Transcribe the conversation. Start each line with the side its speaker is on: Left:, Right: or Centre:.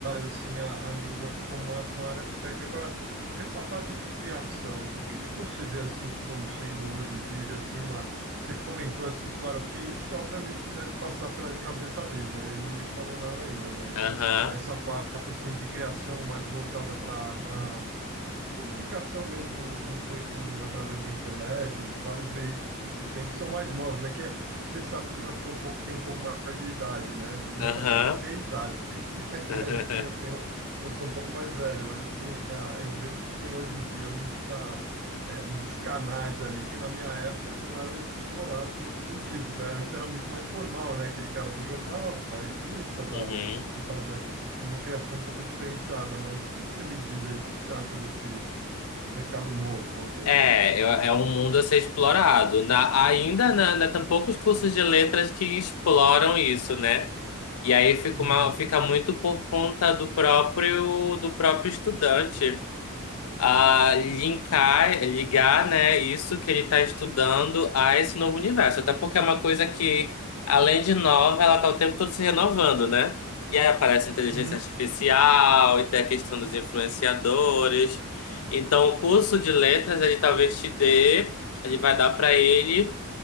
Right: assim a, a língua como uma, uma área técnica. Agora, com essa parte de criação, o que que você vê assim como sendo hoje em dia assim uma você comentou essa história, porque isso obviamente que deve passar pela cabeça dele, né? Ele não me falou nada ainda, mas
Left: Aham,
Right: essa parte assim de criação mais voltada para para comunicação mesmo, vamos dizer, com, através da internet, dos vários veículos que tem, que são mais novos, né? Que é- você sabe que eu já sou um pouco, tenho um pouco mais de idade, né? De, não
Left: aham.
Right: que eu seja de idade, <laughs>
Left: <laughs>
Right: mas assim, eu tenho, eu sou um pouco mais velho, mas assim, a- eu vejo que tem hoje em dia muita, é, muitos canais ali que na minha época não eram explorados nesse sentido, né? Antes era muito mais formal, né? Aquele cara do jornal, da revista, da,
Left: Uhum.
Right: que fazia que- uma criação um pouco diferenciada, mas o que que você me diz aí? O que que você acha desse mercado novo, vamos dizer
Left: É,
Right: assim.
Left: é é um mundo a ser explorado. Na, ainda na, na, tem poucos cursos de letras que exploram isso, né? E aí fica,
Right: Uhum.
Left: uma, fica muito por conta do próprio, do próprio estudante a linkar, ligar, né, isso que ele está estudando a esse novo universo. Até porque é uma coisa que, além de nova, ela está o tempo todo se renovando, né? E aí aparece inteligência
Right: Uhum.
Left: artificial, e tem a questão dos influenciadores. Então, o curso de letras, ele talvez te dê, ele vai dar para ele